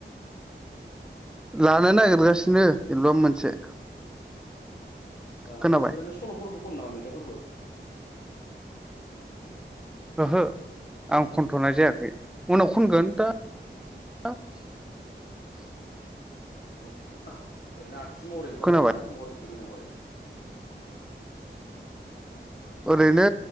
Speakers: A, in the centre; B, on the left.
A: लानो नागिरगासिनो एलबाम मोनसे।
B: ओ
A: खोनाबाय
B: ओ ओरैनो सल'फोरब खनो नामा मेथाइफोरबो? <inaudible>
A: ओहो आं खनथ'नाय जायाखै उनाव खनगोन दा <inaudible>
B: औ ओरैनो ट्रिस महरै ओंखारो
A: खोनाबाय
B: आरोना महरैगिरिरि महरै।
A: ओरैनो